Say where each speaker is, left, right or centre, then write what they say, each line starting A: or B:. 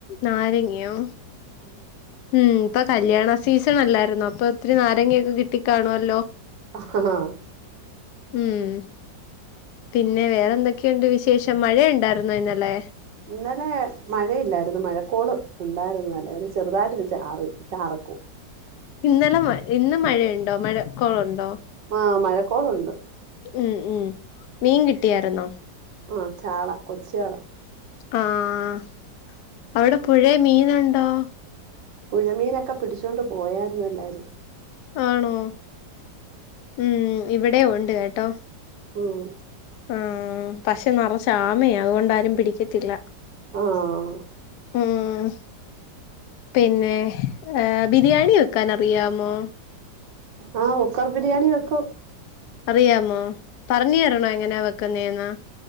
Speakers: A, on the left; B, on the right.
A: നാരങ്ങയോ
B: ഉം
A: ഉം ഇപ്പൊ കല്യാണ സീസൺ അല്ലായിരുന്ന അപ്പൊ ഒത്തിരി നാരങ്ങൊക്കെ കിട്ടിക്കാണുവല്ലോ
B: ആഹ്
A: ഉം പിന്നെ വേറെ എന്തൊക്കെയുണ്ട് വിശേഷം മഴയുണ്ടായിുന്നോ ഇന്നലെ
B: ഇന്നലെ മഴയില്ലായിരുന്നു മഴക്കോള് ഉണ്ടായിരുന്നു അല്ല ചെറുതായിട്ടൊരു ചാറ് ചാറക്കും
A: ഇന്നലെ മ ഇന്ന് മഴയുണ്ടോ മഴ കൊ ളുണ്ടോ
B: ആ മഴക്കോളുണ്ട്
A: ഉം ഉം മീൻ കിട്ടിയായി രുന്നോ
B: ആ ചാള കൊച്ചേ ചാള
A: ആഹ്
B: ഉ
A: അവിടെ പുഴയിൽ മീനുണ്ടോ
B: പുഴമീനൊക്കെ പിടിച്ചുകൊണ്ട് പോയായിരുന്നു എല്ലാരും
A: ആണോ ഉം ഇവിടെ ഉണ്ട് കേട്ടോ
B: ഉം
A: ആഹ് പക്ഷെ നിറച്ച് ആമയാ അതുകൊണ്ടാരും പിടിക്കത്തില്ല
B: ആഹ്
A: ഉം പിന്നെ ബിരിയാണി വെക്കാൻ അറിയാമോ
B: ആഹ് കുക്കർ ബിരിയാണി വെക്കും
A: അറിയാമോ പറഞ്ഞ തരണോ എങ്ങനാ വെക്കുന്നേന്ന്